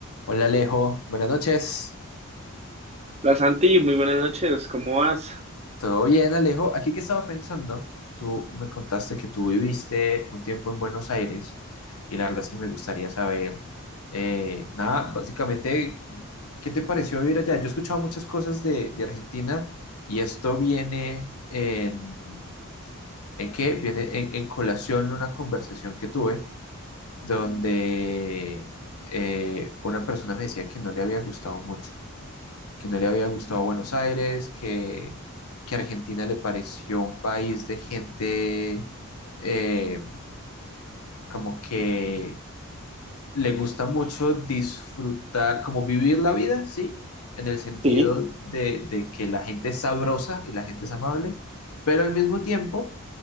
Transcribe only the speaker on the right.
Hola Santi, muy buenas noches, ¿cómo vas?
Sí.